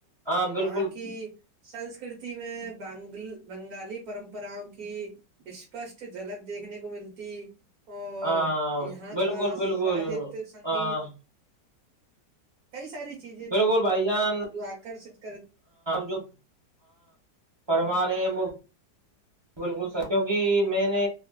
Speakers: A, on the right; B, on the right.
A: ہاں بالکل
B: وہاں کی سنسکرتی میں بنگل بنگالی پرمپراؤں کی اسپشٹ جھلک دیکھنے کو ملتی اور
A: ہاں
B: یہاں
A: بالکل
B: کا
A: بالکل
B: ساہتیہ سنگیت
A: ہاں
B: کئی ساری چیزیں
A: بالکل
B: تھھی
A: بھائی جان
B: جو آکرش <unintelligible>
A: جو فرما رہے ہیں وہ بالکل سر کیونکہ میں نے